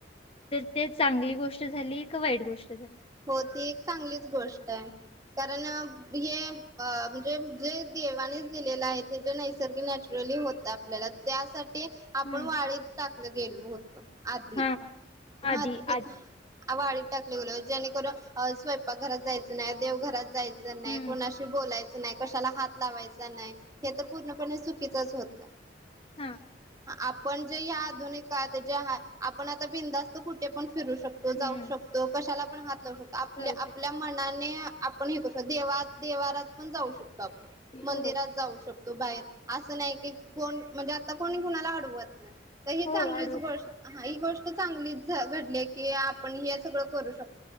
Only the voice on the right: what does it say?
हो ती एक चांगलीच गोष्ट आहे कारण हे म्हणजे जे देवानेच दिलेलं आहे ते ज नैसर्गिक <unintelligible> आपल्याला त्यासाठी आपण
वाळीत टाकलं गेलो होतो. <unintelligible> आदी
मत
वाळीत टाकलेलोत. जेणेकरून स्वयंपाकघरात जायचं नाही देवघरात जायचं नाही
कोणाशी बोलायचं नाही. कशाला हात लावायचा नाही हे तर पूर्णपणे चुकीचच होतं.
आपण जे ह आधुनिक काळात जे आपण आता बिंदास्त कुठे पण फिरू शकतो
जाऊ शकतो कशाला पण आत आपल्या
आपल्या मनाने आपण हे करू शको देवात देवारात पण जाऊ शकतो. आपण मंदिरात
जाऊ शकतो. तो बाहेर असं नाही की कोण म्हणजे आता कोणी कुणाला आडवत नाही. तर ही
चांगलीच
गोष्ट हा ही गोष्ट. चांगली घडली की आपण हे सगळं करू शकतो.